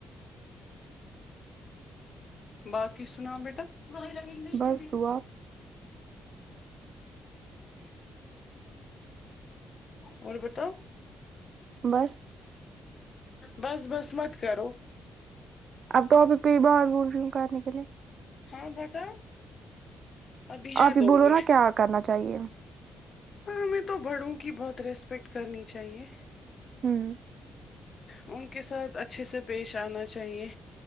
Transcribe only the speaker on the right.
بس
دعا
بس
اب ٹاپک پہ ہی بات بول رہی ہوں کرنے کے لیے
آپ ہی
بولو
نا کیا کرنا چاہیے
ہوں